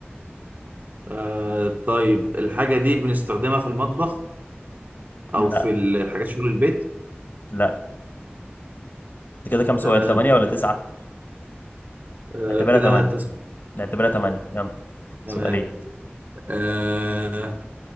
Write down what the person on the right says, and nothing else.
آه طيب الحاجة دي بنستخدمها في المطبخ أو
في الحاجات شغل البيت
تمام
آه
كده
تسعة
تمام
آه